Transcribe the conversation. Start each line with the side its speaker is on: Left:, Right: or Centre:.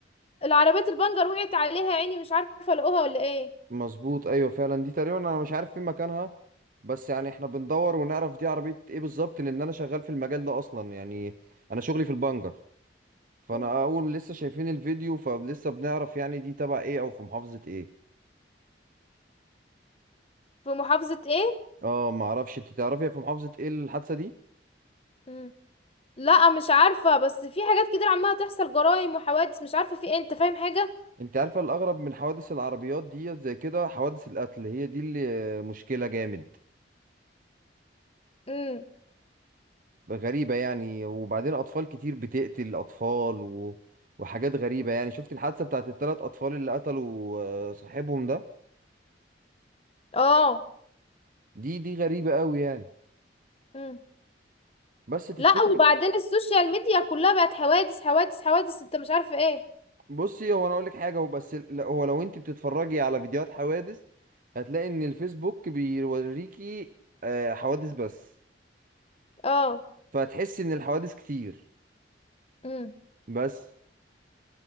Left: العربيه البنجر وقعت عليها يا عيني مش عارفه لقوها ولا ايه
Right: مظبوط أيوة فعلا دي تقريبا أنا مش عارف فين مكانها بس يعني احنا بندور ونعرف دي عربية ايه بالظبط لأن أنا شغال في المجال ده أصلا يعني أنا شغلي في البنجر فأنا
Left: مم.
Right: أول لسه شايفين الفيديو فلسه بنعرف يعني دي تبع ايه أو في محافظة ايه
Left: في محافظه ايه
Right: اه معرفش انت تعرفي في محافظة ايه الحادثة دي؟
Left: مم. لا مش عارفه بس في حاجات كتير عماله تحصل جرائم وحوادث مش عارفه في ايه انت فاهم حاجه
Right: انت عارفه الاغرب من حوادث العربيات دي زي كده حوادث القتل هي دي اللي مشكله جامد
Left: امم
Right: غريبه يعني وبعدين اطفال كتير بتقتل اطفال و... وحاجات غريبه يعني شفت الحادثه بتاعت الثلاث اطفال اللي قتلوا آه، صاحبهم ده
Left: اه
Right: دي دي غريبه قوي يعني
Left: مم.
Right: بس تفتكري
Left: لا وبعدين السوشيال ميديا كلها بقت حوادث حوادث حوادث انت مش عارفه ايه
Right: بصي هو انا اقول لك حاجه هو بس ال- لا، هو لو انت بتتفرجي على فيديوهات حوادث هتلاقي ان الفيسبوك بيوريكي آه، حوادث بس
Left: اه
Right: فهتحسي ان الحوادث كتير
Left: مم.
Right: بس